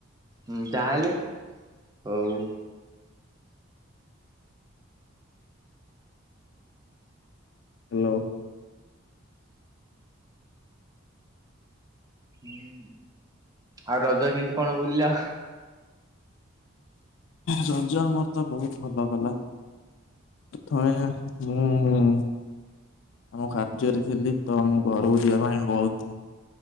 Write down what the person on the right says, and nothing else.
ହୁଁ ଯାହାହେଲେ ହୋଉ
ହୁଁ ଆଉ ରଜ କେମିତି କଣ ବୁଲିଲ?